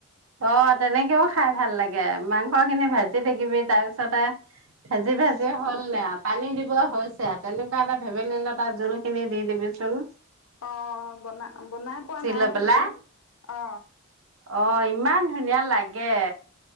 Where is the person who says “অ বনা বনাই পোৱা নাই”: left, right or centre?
Left